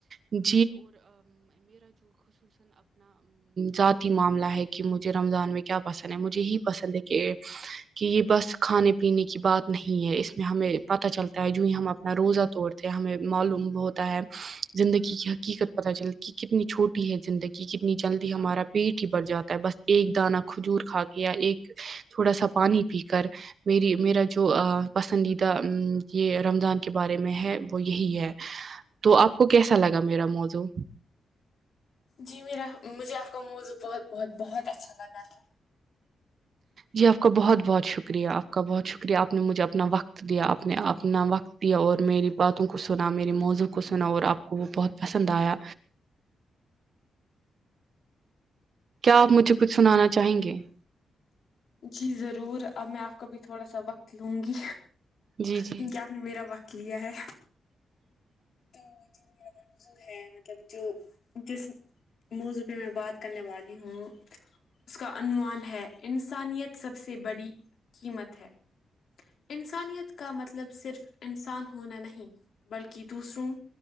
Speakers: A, on the right; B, on the left.
A: <unintelligible> ذاتی معاملہ ہے کہ مجھے رمضان میں کیا پسند ہے مجھے یہی پسند ہے کہ کہ یہ بس کھانے پینے کی بات نہیں ہے اس میں ہمیں پتہ چلتا ہے جو ہی ہم اپنا روزہ توڑتے ہمیں معلوم ہوتا ہے زندگی کی ح <unintelligible> قت پت چل کتنی چھوٹی ہے زندگی کتنی جلدی ہمارا پیٹ ہی بڑ جاتا ہے بس ایک دانہ کھجور کھا کے یا ایک تھوڑا سا پانی پی کر میری میرا جو پسندیدہ یہ رمضان کے بارے میں ہے وہ یہی ہے تو آپ کو کیسا لگا میرا موضو
B: جی میرا مجھے آپ کا موو بہت بہت بہت اچھا لگا ہے
A: جی آپ کا بہت بہت شکریہ آپ کا بہت شکریہ آپ نے مجھے اپنا وقت وقت دیا اپ نے اپنا وقت پیا اور میری باتوں کو سنا میرے موضوع کو سنا اور آپ کو وہ بہت پسند آیا کیا آپ مجھے کچھ سنانا چاہیں گے
B: جی ضرور اب میں آپ کا بھی تھوڑا سا وقت لوں گی
A: جی جی
B: کیونکہ آپ میرا واقی یہ ہے تو جو میرا موضوع ہے مطلب جو جس موضوع پہ میں بات کرنے والی ہوں اس کا عنوان ہے انسانیت سب سے بڑی قیمت ہے انسانیت کا مطلب صرف انسان ہونا نہیں بلکہ دوسروں